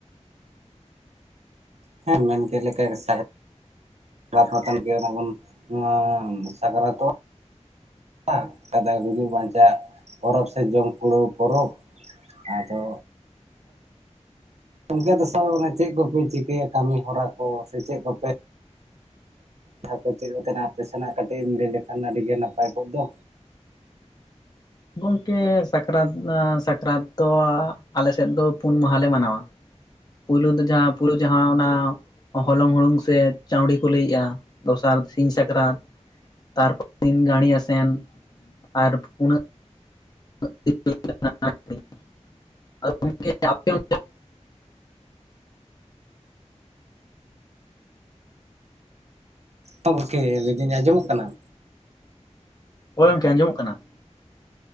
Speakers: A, on the right; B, on the left.
A: ᱦᱮᱸᱢ ᱢᱮᱱ ᱠᱮᱫ ᱞᱮᱠᱟ ᱥᱟ <unintelligible> ᱚᱱᱟ ᱵᱩᱱ ᱮᱸ ᱥᱟᱠᱨᱟᱛᱚ ᱟ ᱠᱟᱫᱟ ᱜᱩᱡᱩᱜ ᱵᱟᱧᱪᱟᱜ ᱯᱚᱨᱚᱵᱽ ᱥᱮ ᱡᱚᱢ ᱠᱩᱲᱟᱹᱣ ᱯᱚᱨᱚᱵᱽ ᱟᱫᱚ ᱤᱱᱠᱟᱹ ᱫᱚᱥᱟᱨ ᱚᱱᱮ ᱪᱮᱜ ᱠᱚᱯᱮ ᱪᱤᱠᱟᱹᱭᱟ ᱠᱟᱹᱢᱤ ᱦᱚᱨᱟ ᱠᱚ ᱥᱮ ᱪᱮᱫ ᱠᱚᱯᱮ ᱛᱷᱟᱯᱚ ᱪᱮᱜ ᱞᱮᱠᱟᱱᱟ ᱟᱯᱮ ᱥᱮᱱᱟᱜ ᱠᱟᱹᱴᱤᱡ ᱮᱢ ᱞᱟᱹᱭ ᱞᱮᱠᱷᱟᱱ ᱟᱹᱰᱤ ᱜᱮ ᱱᱟᱹᱯᱟᱭ ᱠᱚᱜ ᱫᱚ᱾
B: ᱜᱚᱝᱠᱮ ᱥᱟᱠᱨᱟᱛ ᱟᱸ ᱥᱟᱠᱨᱟᱛ ᱛᱚ ᱟᱞᱮᱥᱮᱫ ᱫᱚ ᱯᱩᱱ ᱢᱟᱦᱟ ᱞᱮ ᱢᱟᱱᱟᱣᱟ᱾ ᱯᱳᱭᱞᱳ ᱫᱚ ᱡᱟᱦᱟᱸ ᱯᱳᱭᱞᱳ ᱡᱟᱦᱟᱸ ᱚᱱᱟ ᱦᱚᱞᱚᱝ ᱦᱩᱲᱩᱝ ᱥᱮ ᱪᱟᱣᱰᱤ ᱠᱚ ᱞᱟᱹᱭ ᱮᱜᱼᱟ ᱫᱚᱥᱟᱨ ᱥᱤᱧ ᱥᱟᱠᱨᱟᱛ ᱛᱟᱨᱯᱚᱨ ᱫᱤᱱ ᱜᱟᱲᱤ ᱟᱥᱮᱱ ᱟᱨ ᱯᱱᱟ <inaudible>
A: ᱜᱚᱢᱠᱮ ᱞᱟᱹᱭᱫᱤᱧ ᱟᱸᱡᱚᱢᱚᱜ ᱠᱟᱱᱟ ᱾
B: ᱠᱚᱚᱲᱮᱚᱢᱠᱮ ᱟᱸᱡᱚᱢᱚᱜ ᱠᱟᱱᱟ ᱾